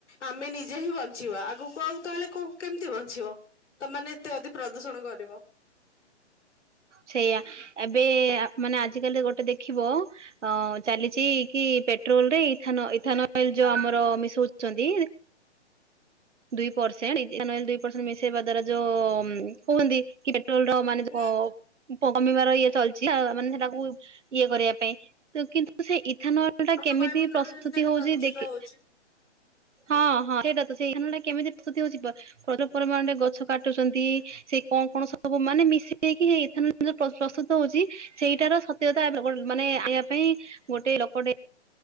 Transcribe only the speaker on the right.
ସେଇଆ ଏବେ ମାନେ ଆଜିକାଲି ଗୋଟେ ଦେଖିବ ଅ ଚାଲିଚି କି ପେଟ୍ରୋଲ ରେ ଇ ଇଥାନ ଅଏଲ ଯୋଉ ଆମର ମିସୋଉଚନ୍ତି। ଦୁଇ ପରସେଣ୍ଟ ଦୁଇ ପରସେଣ୍ଟ ମିସେଇ ବା ଦ୍ବାରା ଯୋଉ କୁହନ୍ତି କି ପେଟ୍ରୋଲର ମାନେ ତ
ପ କମିବାର ଇଏ ଚାଲିଚି ମାନେ ସେଟାକୁ ଇଏ କରିବା ପାଇଁ ତ କିନ୍ତୁ ସେ ଇଥାନ
କେମିତି
ପ୍ରସ୍ତୁତି
ହୋଉଚି
ଦେଖ
ହଁ ହଁ ସେଟା ତ ସେଇ ଟା କେମିତି ପ୍ରସ୍ତୁତି ହୋଉଚି ପରିମାଣରେ ଗଛ କାଟୁଚନ୍ତି ସେଇ କଣ କଣ ସବୁ ମାନେ ମିଶିକିଇ ଏଥାନ ପ୍ରସ୍ତୁତ ହୋଉଚି ସେଇଟାର ସତ୍ୟତା ମାନେ ଆଣିବା ପାଇଁ ଗୋଟେ ଲୋକଟେ